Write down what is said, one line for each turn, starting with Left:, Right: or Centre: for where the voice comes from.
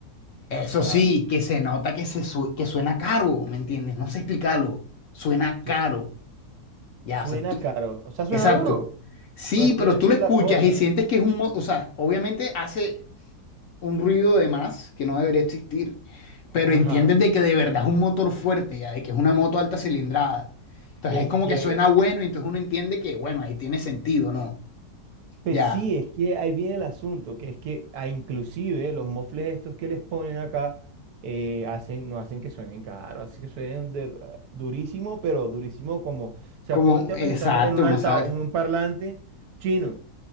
Left: Eso
Right: Claro,
Left: sí, que se nota que, se su- que suena caro, ¿me entiendes? No sé explicarlo, suena caro.
Right: que s-
Left: Ya,
Right: suena
Left: o sea, tú-
Right: caro. O sea, suena
Left: Exacto.
Right: duro.
Left: Sí,
Right: Pues
Left: pero
Right: que esa
Left: tú lo
Right: es
Left: escuchas
Right: la cosa.
Left: y sientes que es un... mo- O sea, obviamente hace un ruido de más que no debería existir, pero entiendes
Right: Ajá.
Left: de que de verdad es un motor fuerte, ya, de que es una moto alta cilindrada. Entonces
Right: Es
Left: es como
Right: que
Left: que suena bueno y entonces uno entiende que, bueno, ahí tiene sentido, ¿no?
Right: Pues
Left: Ya,
Right: sí, es que ahí viene el asunto, que es que ah, inclusive los mofles estos que les ponen acá eh, hacen, no hacen que suenen caro, hacen que suenen de- ah, durísimo, pero durísimo como, o sea,
Left: como,
Right: ponte a
Left: exacto,
Right: pensar en un alta,
Left: ¿no sabes?
Right: un, un parlante chino,